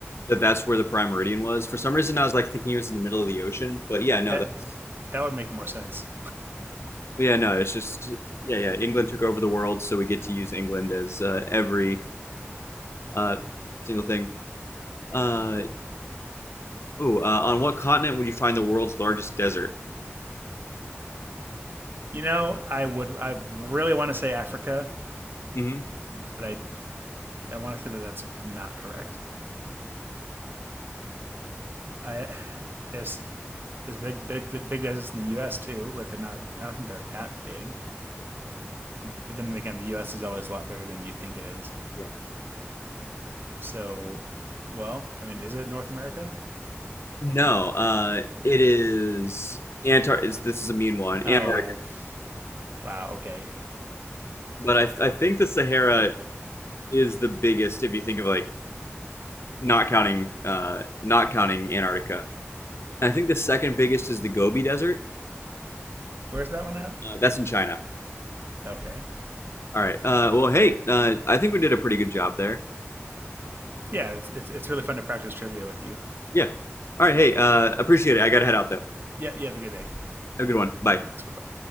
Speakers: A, on the left; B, on the right.
A: that that's where the prime meridian was. For some reason, I was like thinking it was in the middle of the ocean, but yeah, no,
B: That
A: that's
B: that would make more sense.
A: yeah, no, it's just yeah, yeah. England took over the world, so we get to use England as uh, every uh, single thing. Uh, ooh, uh, on what continent would you find the world's largest desert?
B: You know, I would I really want to say Africa,
A: hmm
B: but I I want to say that that's not correct. I there's there's big big big deserts in the U.S. too, but they're not. I don't think they're that big. But then again, the U.S. is always a lot bigger than you think it is.
A: Yeah.
B: So, well, I mean, is it North America?
A: No, uh, it is Antar. It's, this is a mean one,
B: Oh,
A: Antarctica.
B: wow. Okay,
A: But I I think the Sahara is the biggest if you think of like not counting uh not counting Antarctica. And I think the second biggest is the Gobi Desert.
B: where's that one at?
A: Uh, that's in China.
B: Okay,
A: All right. Uh, well, hey, uh, I think we did a pretty good job there.
B: yeah, it's it's, it's really fun to practice trivia with you.
A: Yeah. All right. Hey, uh, appreciate it. I gotta head out though.
B: Yeah, you have a good day.
A: Have a good one. Bye.
B: Thanks. Bye bye.